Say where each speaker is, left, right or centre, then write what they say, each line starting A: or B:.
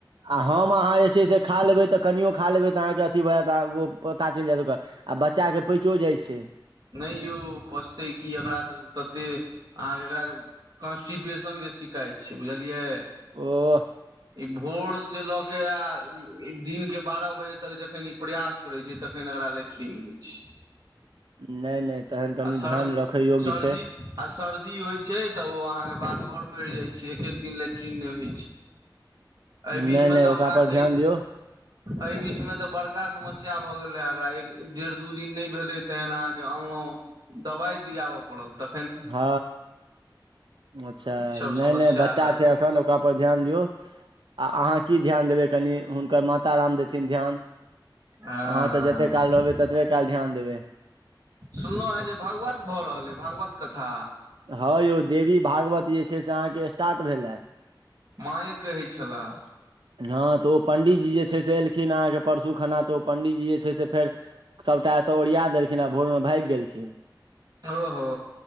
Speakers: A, on the right (about 85°); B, on the right (about 55°).
A: आ हम अहाँ जे छै से खा लेबै तऽ कनियओ खा लेबै तऽ अहाँके अथी भऽ जायत अहाँ ओ पता चलि जायत ओकर आ बच्चा के पइचो जाइ छै
B: नहि यौ पचतै कि एकरा तऽ तते अहाँके एकरा कन्स्टिट्यशन के शिकायत छै बुझलियै।
A: ओ।
B: ई भोर से लऽ के आ दिन के बारह बजे तक जखन ई प्रयास करै छियै तखन एकरा लैट्रिंग दै छियै
A: नहि नहि तहन कनि
B: सर
A: ध्यान रखैयोग्य
B: सर्दी
A: छै।
B: आ सर्दी होइत छै तऽ ओ अहाँकेँ बात आओर बढ़ि जाइत छै एक एक दिन लैट्रिन नहि होइत छै एहि
A: नहि
B: बीचमे
A: नहि
B: तऽ
A: ओकरा
B: हमरा
A: पर
B: कह।
A: ध्यान दियौ
B: एहि बीच मे तऽ बड़का समस्या भऽ गेल रहे एकरा एक डेढ़ दू दिन नहि भेलै तेन अहाँकेँ अनलहुँ दवाई दियाबऽ पड़ल तऽ
A: ह अच्छा
B: ईसभ
A: नहि
B: समस्या
A: नहि बच्चा
B: एकरा
A: छै।
B: सने
A: एखन ओकरा पर ध्यान दियौ आ अहाँ कि ध्यान देबै कनि हुनकर माता राम देथिन ध्यान
B: हँ
A: अहाँ तऽ जते काल रहबै ततबे काल ध्यान देबै।
B: सुनलहुँ हे जे भागवत भऽ रहल अ भागवत कथा।
A: हँ यौ देवी भागवत जे छै से अहाँकेँ स्टार्ट भेलए।
B: माँए कहै छलाह।
A: हँ तऽ ओ पण्डितजी जे छै से एलखिन अहाँकेँ परसू खाना तऽ ओ पण्डीजी जे छै से फेर सभटा एतय ओरिया देलखिन आ भोरमे भागि गेलखिन।
B: ओहो।